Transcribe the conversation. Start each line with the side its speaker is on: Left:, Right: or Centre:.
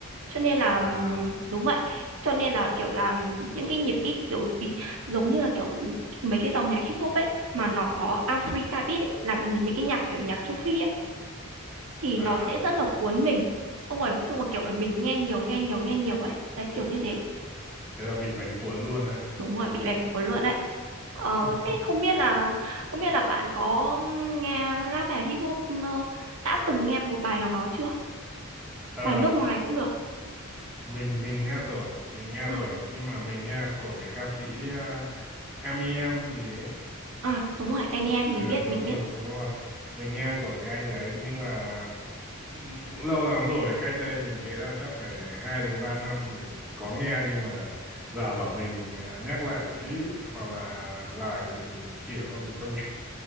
Right: cho nên là ừm,
Centre: à
Right: đúng vậy cho nên là kiểu là những cái nhịp beat kiểu bị giống như là kiểu mấy cái dòng nhạc hip hop ấy mà nó có Africa beat ấy, là cái- mấy cái nhạc kiểu nhạc châu Phi ấy thì
Centre: à
Right: nó sẽ rất là cuốn mình không phải xong rồi kiểu là mình nghe nhiều nghe nhiều nghe nhiều ấy đấy kiểu như thế
Centre: thế là bị bánh cuốn luôn ha
Right: đúng rồi bị bành cuốn luôn đấy ờ,
Centre: <laughs>
Right: thế không biết là không biết là bạn có nghe rap hay hip hop ờ, đã từng nghe một bài nào đó chưa
Centre: ờ
Right: bài nước ngoài cũng được
Centre: mình mình nghe rồi mình nghe
Right: à,
Centre: rồi nhưng mà mình nghe của cái ca sĩ à, em i em gì ấy
Right: à đúng rồi anh em mình
Centre: ờ
Right: biết
Centre: đúng
Right: mình biết
Centre: rồi đúng rồi mình nghe của cái anh đấy nhưng mà ừm, cũng lâu lắm rồi cách đây mình nghĩ là chắc phải hai đến ba năm mình có nghe nhưng mà giờ bảo mình à, nhắc lại beat hoặc là lại thì mình chịu thôi mình không <laughs> nghe.